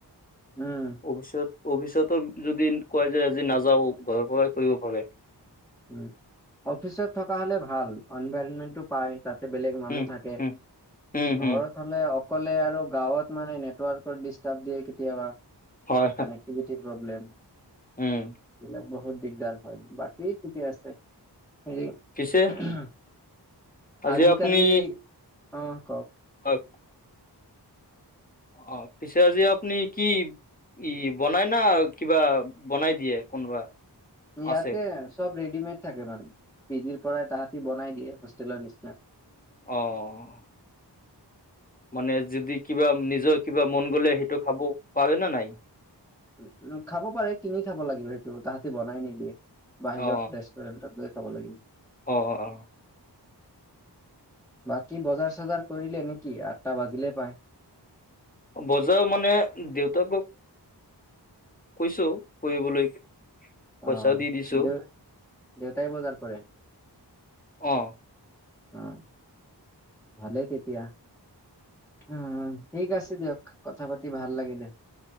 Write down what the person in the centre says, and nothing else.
উম।
উম অফিচত থকা হ'লে ভাল এনভাইৰনমেন্টটো পায় তাত। বেলেগ মানুহ
থাকে।
ঘৰত অকলে আৰু গাঁৱত মানে নেটৱৰ্কৰ ডিষ্টাৰ্ব দিয়ে কেতিয়াবা।
কানেক <unintelligible> প্ৰবলেম এইবিলাক
বহুত দিগদাৰ হয় বাট <unintelligible> ঠিকে আছে হেৰি
<unintelligible>
আজিকালি
অ', কওক।
ইয়াতে
চব ৰেডিমেড থাকে মানে পিজিৰ পৰাই তাহাঁতি বনাই দিয়ে হোষ্টেলৰ নিচিনা।
উম, খাব পাৰে কিনি খাব লাগিব সেইটো তাহাঁতি বনাই নিদিয়ে বাহিৰত
ৰেষ্টুৰেন্টত গৈ। খাব লাগিব।
বাকী বজাৰ-চজাৰ কৰিলে নেকি আঠটা বাজিলে প্ৰায়।
অ',
দেউতাই বজাৰ কৰে?
অ', ভালেই তেতিয়া। উম, ঠিক আছে দিয়ক কথা পাতি ভাল লাগিলে।